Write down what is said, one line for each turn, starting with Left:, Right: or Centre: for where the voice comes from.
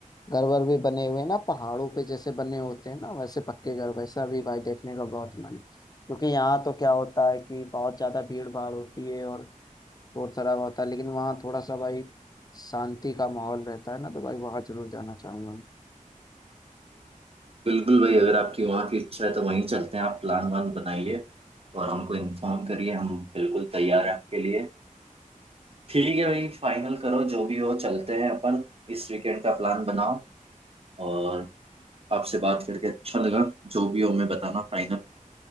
Left: घर वर भी बने हुए हैं ना पहाड़ों पे जैसे बने होते हैं ना वैसे पक्के घर वैसा भी भाई देखने का बहुत मन है क्योंकि यहाँ तो क्या होता है कि बहुत ज्यादा भीड़ भाड़ होती है और शोर शराबा होता है लेकिन वहाँ थोड़ा सा भाई शांति का माहौल रहता है ना तो भाई वहाँ जरूर जाना चाहूंगा
Right: बिल्कुल भाई अगर आपकी वहाँ की इच्छा है तो वहीं चलते हैं आप प्लान वान बनाइए और हमको इन्फॉर्म करिए हम बिल्कुल तैयार हैं आपके लिए ठीक है भाई फाइनल करो जो भी हो चलते हैं अपन इस वीकेंड का प्लान बनाओ और आपसे बात करके अच्छा लगा जो भी हो हमें बताना फाइनल